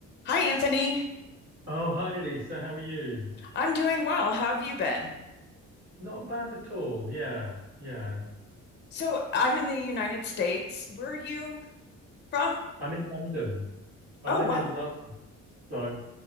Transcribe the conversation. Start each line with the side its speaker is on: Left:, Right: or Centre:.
Left: Hi, Anthony.
Right: Oh, hi Lisa, how are you?
Left: I'm doing well. How have you been?
Right: Not bad at all. Yeah, yeah.
Left: So, I'm in the United States. Where are you from?
Right: I'm in London. I
Left: Oh,
Right: live
Left: wow.
Right: in London, so